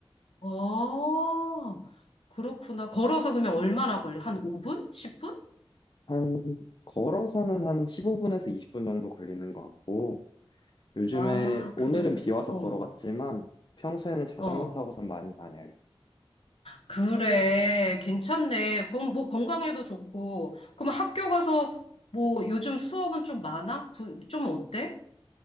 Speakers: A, on the left; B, on the left.
A: 어, 그렇구나. 걸어서 그러면 얼마나 걸려? 한 5분? 10분?
B: 한, 걸어서는 한 15분에서 20분 정도 걸리는 것 같고, 요즘에,
A: 아,
B: 오늘은
A: 그래.
B: 비 와서
A: 어,
B: 걸어갔지만, 평소에는 자전거
A: 어.
B: 타고선 많이 다녀요.
A: 그래. 괜찮네. 그럼 뭐 건강에도 좋고. 그럼 학교 가서 뭐 요즘 수업은 좀 많아? 부- 좀 어때?